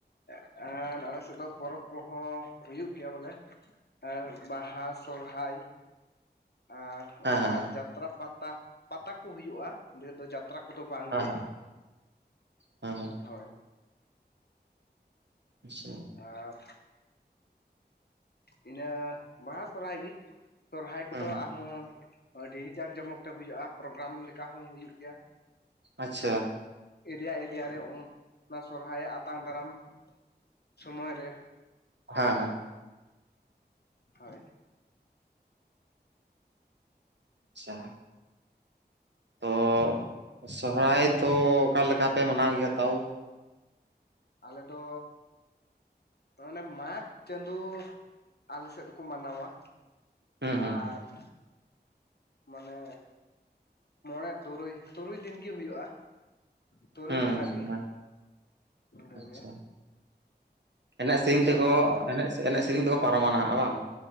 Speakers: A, on the left (about 65°); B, on the right (about 80°).
A: ᱮ ᱟᱨ ᱟᱞᱮ ᱥᱮᱫ ᱫᱚ ᱯᱚᱨᱚᱵᱽ ᱠᱚᱦᱚᱸ ᱦᱩᱭᱩᱜ ᱜᱮᱭᱟ ᱵᱚᱞᱮ ᱮ ᱵᱟᱦᱟ ᱥᱚᱨᱦᱟᱭ ᱟᱨ
B: ᱦᱮᱸ
A: ᱚᱱᱠᱟ
B: ᱦᱮᱸ
A: ᱡᱟᱛᱨᱟ ᱯᱟᱛᱟ ᱯᱟᱛᱟ ᱠᱚ ᱦᱩᱭᱩᱜᱼᱟ ᱰᱷᱮᱨ ᱫᱚ ᱡᱟᱛᱨᱟ ᱯᱟᱛᱨᱟ ᱠᱚᱫᱚ ᱵᱟᱝ
B: ᱦᱮᱸ
A: ᱜᱮ
B: ᱦᱮᱸ ᱦᱮᱸ ᱦᱮᱸ
A: ᱦᱳᱭ
B: ᱟᱪᱪᱷᱟ
A: ᱟᱨ ᱤᱱᱟᱹ ᱵᱟᱦᱟ ᱥᱚᱨᱦᱟᱭ ᱜᱮ᱾ ᱥᱚᱨᱚᱦᱟᱭ ᱠᱚᱫᱚ
B: ᱦᱩᱸ ᱦᱩᱸ
A: ᱟᱨᱦᱚᱸ ᱟᱹᱰᱤ ᱡᱟᱠ ᱡᱚᱢᱚᱠ ᱛᱮ ᱦᱩᱭᱩᱜᱼᱟ᱾ ᱯᱨᱳᱜᱨᱟᱢ ᱞᱮᱠᱟ ᱦᱚᱸ ᱦᱩᱭᱩᱜ ᱜᱮᱭᱟ᱾
B: ᱟᱪᱪᱷᱟ
A: ᱮᱨᱤᱭᱟ ᱮᱨᱤᱭᱟ ᱨᱮ ᱚᱱᱟ ᱥᱚᱨᱚᱦᱟᱭ ᱟᱛᱟᱝ ᱫᱟᱨᱟᱢ ᱥᱚᱢᱚᱭ ᱨᱮ
B: ᱦᱮᱸ ᱦᱮᱸ
A: ᱦᱳᱭ
B: ᱟᱪᱪᱷᱟ ᱛᱚ ᱥᱚᱦᱚᱨᱟᱭ ᱫᱚ ᱚᱠᱟ ᱞᱮᱠᱟ ᱯᱮ ᱢᱟᱱᱟᱣ ᱜᱮᱭᱟ ᱛᱟᱣ
A: ᱟᱞᱮ ᱫᱚ ᱚᱱᱮ ᱢᱟᱜᱽ ᱪᱟᱸᱫᱚ ᱟᱞᱮ ᱥᱮᱫ ᱫᱚᱠᱚ ᱢᱟᱱᱟᱣᱟ
B: ᱦᱩᱸ ᱦᱩᱸ
A: ᱟᱨ <inaudible> ᱢᱟᱱᱮ ᱢᱚᱬᱮ ᱛᱩᱨᱩᱭ ᱛᱩᱨᱩᱭ ᱫᱤᱱᱜᱤ ᱦᱩᱭᱩᱜᱼᱟ ᱛᱩᱨᱩᱭ
B: ᱦᱩᱸ
A: ᱢᱟᱦᱟ ᱜᱮ᱾
B: ᱦᱩᱸ
A: ᱚᱱᱠᱟᱜᱮ
B: ᱟᱪᱪᱷᱟ ᱮᱱᱮᱡ ᱥᱮᱨᱮᱧ
A: ᱡᱮᱞᱮᱠᱟ
B: ᱛᱮᱠᱚ
A: ᱵᱚᱱ
B: ᱮᱱᱮᱡ ᱥᱮᱨᱮᱧ ᱛᱮᱠᱚ ᱯᱟᱨᱚᱢᱟ ᱱᱟᱦᱟᱜ ᱵᱟᱝ